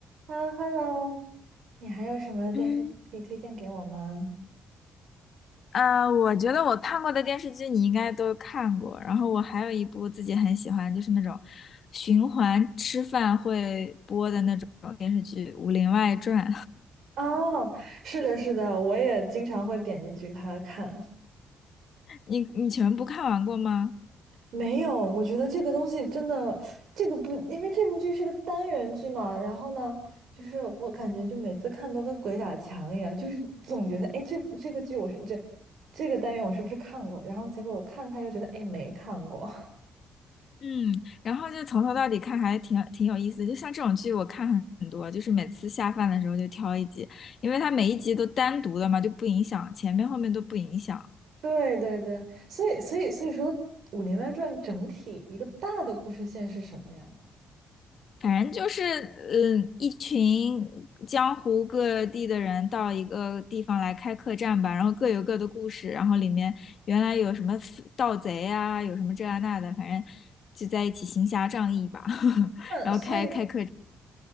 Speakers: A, on the right; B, on the left.
A: h e l l o h e l l o 你还有什么电视剧可以推荐给我吗？
B: 嗯，啊，我觉得我看过的电视剧你应该都看过，然后我还有一部自己很喜欢，就是那种循环吃饭会播的那种《武林外传》，
A: 哦，是的，是的，我也经常会点进去它看。
B: <laughs> 你你全部看完过吗？
A: 没有，我觉得这个东西真的，这个不，因为这部剧是个单元剧嘛，然后呢，就是我感觉就每次看都跟鬼打墙一样，就是总觉得，哎，这这个剧我是这这个单元我是不是看过？然后结果我看看又觉得，哎，没看过。<laughs>
B: 嗯，然后就从头到底看还挺挺有意思的，就像这种剧我看很很多，就是每次下饭的时候就挑一集，因为它每一集都单独的嘛，就不影响前面后面都不影响。
A: 对对对，所以所以所以说，《武林外传》整体一个大的故事线是什么呀？
B: 反正就是，嗯，一群江湖各地的人到一个地方来开客栈吧，然后各有各的故事，然后里面原来有什么盗贼啊，有什么这啊那的，反正就在一起行侠仗义吧，<laughs> 然后开开客栈
A: 那所以，